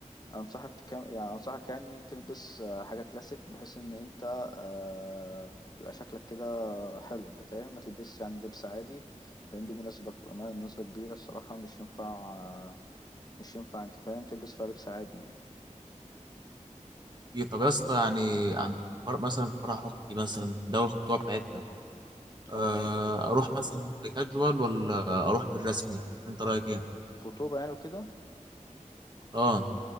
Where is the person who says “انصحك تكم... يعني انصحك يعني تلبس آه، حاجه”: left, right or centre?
Left